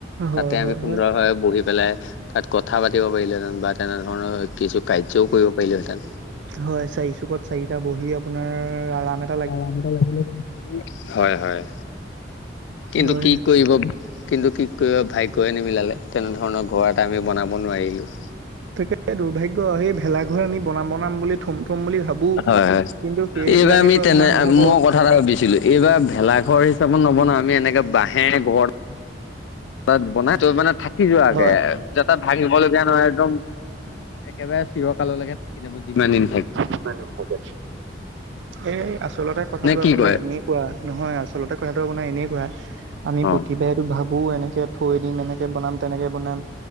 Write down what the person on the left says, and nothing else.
তাতে আমি
সুন্দৰভাৱে
বহি পেলাই তাত কথা পাতি পাৰিলেহেতেন বা তেনে ধৰণৰ কিছো কাৰ্যও কৰিব পাৰিলো হেতেন
আৰাম এটা লাগিলে হয় হয় কিন্তু
কি কৰিব। কিন্তু কি কৰিব ভাগ্যয়ে নিমিলালে তেনেধৰণৰ ঘৰ এটা আমি বনাব নোৱাৰিলোঁ'
হয় হয়
এইবাৰ আমি তেনে
মই কথা ভাবিছিলো এইবাৰ ভেলাঘৰ হিচাপত নবনাও, আমি এনেকে বাঁহে ঘৰ তাত বনাই তই মানে থাকি যোৱাগে।
তাত ভাঙিব লগগীয়া নহয় একদম একেবাৰে চিৰকাললৈকে থাকি যাব যিমানদিন।
নে কি
কয়
অ